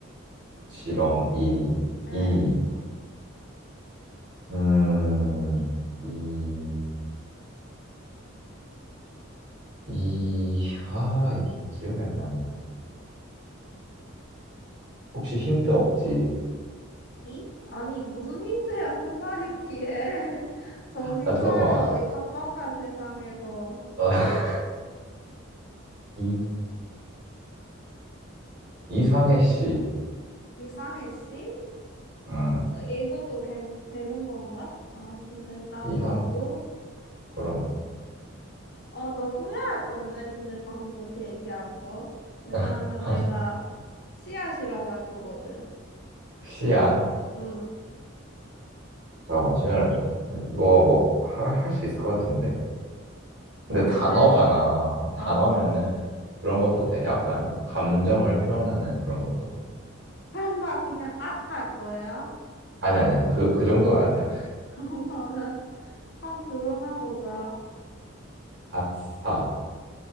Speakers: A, on the right; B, on the left.
A: 지렁, 이,
B: 예,
A: 이. 음, 이, 이, 하, 이, 기억이 안 나네. 혹시 힌트 없지?
B: 이? 아니, 무슨 힌트야, 끝말잇기에. <laughs> 정신
A: 아, 잠깐만.
B: 차려, 이 각박한 세상에서.
A: 어, <laughs> 이, 이상해 씨.
B: 이상해, 씨?
A: 응.
B: 어, 이것도 괜, 되는 건가? 아무튼 된다고
A: 이상,
B: 하고,
A: 그럼.
B: 어, 너 후회할 건데, 근데 방금 그렇게 얘기한 거. 왜냐하면
A: <laughs>
B: 내가 씨앗이라고 할 거거든.
A: 씨앗?
B: 응.
A: 잠깐만, 시간을 줘. 이거 뭐, 할, 할 수 있을 것 같은데?
B: 글쎄,
A: 근데 단어잖아.
B: 어,
A: 단어면은 그런 것도 돼. 약간 감정을 표현하는 그런 것도.
B: 설마 그냥 앗할 거야?
A: 아니, 아니, 아니. 그, 그 정도는 아니야.
B: <laughs> 그러면은, 한번 들어나 보자.
A: 아- 싸